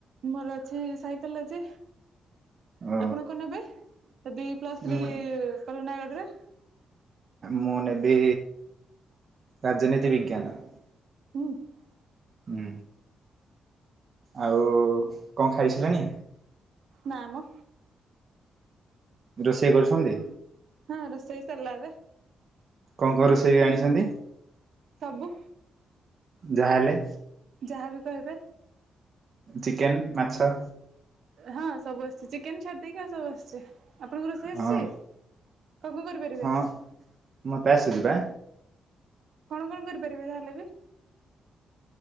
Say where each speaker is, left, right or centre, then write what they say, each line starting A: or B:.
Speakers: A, on the right; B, on the right.
A: ମୋର ସାଇକେଲ ଅଛି
B: ଓ
A: ଆପଣ କଣ ନେବେ ତ ଦି ପ୍ଲସ ଥ୍ରୀ
B: ମୁଁ
A: କର ନୟାଗଡ ରେ?
B: ମୁଁ ନେବି ରାଜନୀତି ବିଜ୍ଞାନ।
A: <inaudible>
B: ହୁଁ। ଆଉ କଣ ଖାଇସେଲେଣି?
A: ନାମ
B: ରୋଷେଇ କରୁଛନ୍ତି?
A: ହଁ ରସେଇ ସରିଲା ଏଵେ
B: କଣ କଣ ରୋସେଇ ଜାଣିଛନ୍ତି।
A: ସବୁ
B: ଯାହାହେଲେ
A: ଯାହା ବି କହିବେ
B: ଚିକେନ ମାଛ
A: ହଁ ସବୁ ଆସୁଛି ଚିକେନ ଛାଡି ଦେଇକି ଆଉ ସବୁ ଆସିଛି ଆପଣଙ୍କୁ ରୋଷେଇ
B: ହଁ
A: ଆସିଛି। କଣ କଣ କରିପାରିବେ
B: ହଁ ମୋତେ ଆସୁଛି ପା
A: କଣ କଣ କରିପାରିବେ ତାହେଲେ ବି